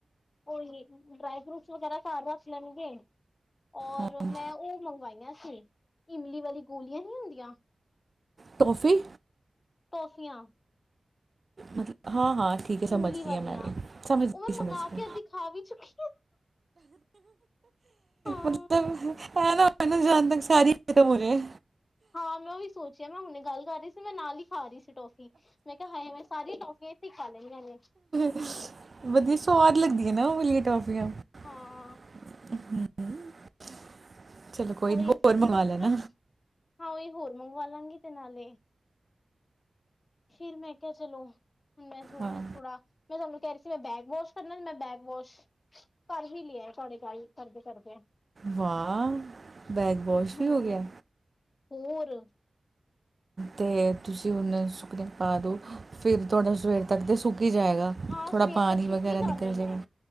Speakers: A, on the left; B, on the right.
A: ਓਈ ਡ੍ਰਾਈ ਫਰੂਟਸ ਵਗੈਰਾ ਘਰ ਰੱਖ ਲੈਣਗੇ। ਔਰ
B: ਹਾਂਜੀ
A: ਮੈਂ ਉਹ ਮੰਗਵਾਈਆਂ ਸੀ, ਇਮਲੀ ਵਾਲੀ ਗੋਲੀਆਂ ਨੀ ਹੁੰਦੀਆਂ। <inaudible>
B: ਟੋਫੀ।
A: ਟੌਫੀਆਂ।
B: ਮਤਲਬ ਹਾਂ, ਹਾਂ ਠੀਕ ਐ
A: ਇਮਲੀ
B: ਸਮਝ
A: ਵਾਲੀਆਂ
B: ਗਈ ਹਾਂ ਮੈਂ ਵੀ ਸਮਝ ਗਈ
A: ਉਹ ਮੈਂ
B: ਸਮਝ
A: ਮੰਗਵਾ
B: ਗਈ।
A: ਕੇ ਅੱਧੀ ਖਾ ਵੀ ਚੁੱਕੀ। ਹਾਂ
B: ਮਤਲਬ ਹੈ ਨਾ ਮੈਨੂੰ ਜਾਣ ਤੱਕ ਸਾਰੀ ਖਤਮ ਹੋਰੀ ਐ,
A: ਹਾਂ ਮੈਂ ਔਹੀ ਸੋਚਿਆ ਮੈਂ ਹੁਣੇ ਗੱਲ ਕਰ ਰਹੀ ਸੀ, ਮੈਂ ਨਾਲ ਈ ਖਾ ਰਹੀ ਸੀ ਟੋਫੀ। ਮੈਂ ਕਿਹਾ ਹਾਏ ਮੈਂ ਸਾਰੀਆਂ ਟੋਫੀਆਂ ਇਥੇ ਖਾ ਲਈਆ ਨੇ।
B: ਵਧੀਆ ਸਵਾਦ ਲੱਗਦੀਆ ਨੇ ਉਹ ਵਾਲੀਆਂ ਟੋਫੀਆਂ।
A: ਹਾਂ।
B: <inaudible> ਕੋਈ
A: ਓਹੀ
B: ਨੀ
A: ਫੇਰ
B: ਹੋਰ ਮੰਗਵਾ ਲੈਣਾ
A: ਰੱਖੀ ਹਾਂ ਉਹੀ ਹੋਰ ਮੰਗਵਾ ਲਾਂ ਗੇ ਇਹਦੇ ਨਾਲ ਫਿਰ ਮੈਂ ਕਿਆ ਚਲੋ ਮੈਂ ਥੋੜਾ
B: ਹਾਂ
A: ਮੈਂ ਤੁਹਾਨੂੰ ਕਹਿ ਰਹੀ ਸੀ ਮੈਂ ਬੈਗ ਵਾਸ਼ ਕਰਨਾ ਮੈਂ ਬੈਗ ਵਾਸ਼ ਕਰ ਵੀ ਲਿਆ ਤੁਹਾਡੇ ਗੱਲ ਕਰਦੇ ਕਰਦੇ ਆ।
B: ਵਾਹ ਬੈਗ ਵਾਸ਼
A: ਹਮ
B: ਵੀ ਹੋ ਗਿਆ।
A: ਹੋਰ।
B: ਤੇ ਤੁਸੀਂ ਹੁਣ ਸੁਖਨੇ ਪਾ ਦਿਉ। ਫਿਰ ਤੁਹਾਡਾ ਸਵੇਰ ਤੱਕ ਤਾਂ ਸੁੱਕ ਈ ਜਾਏਗਾ
A: ਹਾਂ
B: ਥੋੜ੍ਹਾ
A: ਸਵੇਰ
B: ਪਾਣੀ
A: ਤੱਕ ਛਿਪ
B: ਵਗੈਰਾ
A: ਵੀ
B: ਨਿਕਲ
A: ਜਾਣਾ
B: ਜਾਏਗਾ।
A: ਮੈਂ